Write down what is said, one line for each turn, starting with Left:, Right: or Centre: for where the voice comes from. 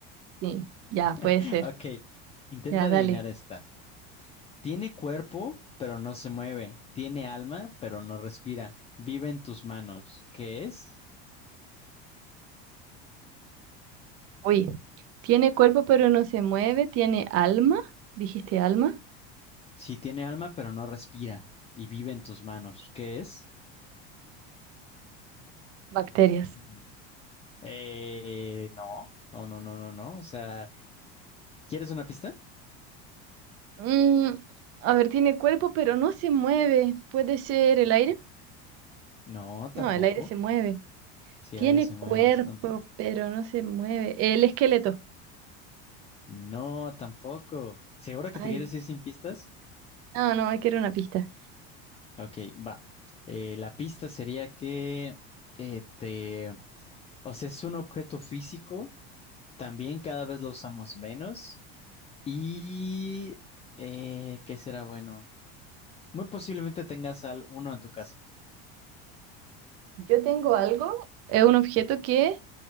Right: sí, ya puede
Left: <laughs>
Right: ser.
Left: Ok, intenta
Right: Ya,
Left: adivinar
Right: dale.
Left: esta. Tiene cuerpo, pero no se mueve. Tiene alma, pero no respira. Vive en tus manos. ¿Qué es?
Right: Uy, tiene cuerpo pero no se mueve, tiene alma. ¿Dijiste alma?
Left: Sí tiene alma, pero no respira y vive en tus manos. ¿Qué es?
Right: Bacterias.
Left: Mm. Eh, no, no, no, no, no, no. O sea, ¿quieres una pista?
Right: Mm, a ver, tiene cuerpo pero no se mueve. ¿Puede ser el aire?
Left: No,
Right: No,
Left: tampoco.
Right: el aire se mueve.
Left: Si
Right: Tiene
Left: el aire se mueve
Right: cuerpo
Left: bastante.
Right: pero no se mueve. El esqueleto.
Left: No, tampoco. ¿Segura que
Right: Ay,
Left: te quieres ir sin pistas?
Right: no, no, hay que era una pista.
Left: Ok, va. Eh, la pista sería que eh, te... O sea, es un objeto físico. También cada vez lo usamos menos. ¿Y eh, qué será bueno? Muy posiblemente tengas al uno en tu casa.
Right: Yo tengo algo, es un objeto que,